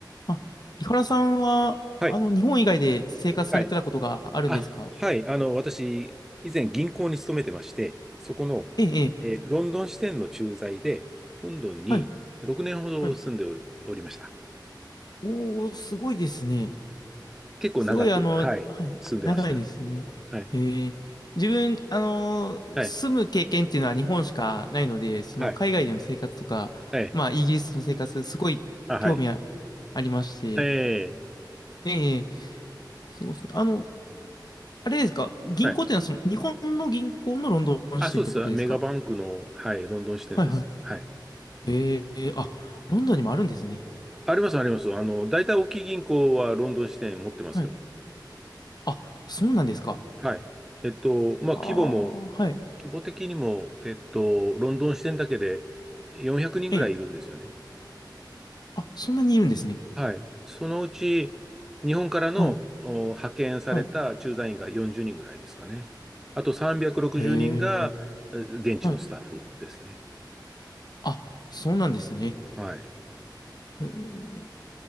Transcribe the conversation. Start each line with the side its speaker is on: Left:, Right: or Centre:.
Left: あ、井原さんは、
Centre: はい。
Left: あの、日本以外で生活されてたことがあるんですか
Centre: はい。あ、はい。あの、私、以前銀行に勤めてまして、そこの、
Left: ええ、ええ。
Centre: えーロンドン支店の駐在で、ロンドンに6年ほど住んでおり、
Left: はい、はい。
Centre: おりました。
Left: おー、すごいですね。
Centre: 結構長く、
Left: すごい、あの、
Centre: はい、
Left: はい、
Centre: 住んでました。
Left: 長いですね。
Centre: はい。
Left: ええ、自分、あのー住む経験っていうのは日本しかないので、
Centre: はい。
Left: その、
Centre: はい。
Left: 海外での生活とか、
Centre: はい。
Left: まあ、イギリスの生活、すごい興味あ、
Centre: あ、はい。
Left: ありまして。
Centre: ええ、
Left: ええ、すごいですね。あの、あれですか銀行っていうのは、
Centre: はい。
Left: その、日本の銀行のロンドン支店ってことですか
Centre: あ、そうです。メガバンクの、はい、ロンドン支店です。
Left: はい、はい。
Centre: はい。
Left: ええあ、ロンドンにもあるんですね。
Centre: あります、あります。あの、大体大きい銀行はロンドン支店持ってますよ。
Left: はい。あ、そうなんですか。
Centre: はい。えっと、まあ、
Left: ああ、
Centre: 規模も
Left: はい。
Centre: 規模的にも、えっと、ロンドン支店だけで400人ぐらいいるんですよね。
Left: ええ。あ、そんなにいるんですね。
Centre: はい。そのうち、日本からのお派遣された駐在員が40人ぐらいですかね。
Left: はい。はい。
Centre: あと360人がえ現地のスタッフですね。
Left: へえ。はい。あ、そうなんですね。
Centre: はい。
Left: へえ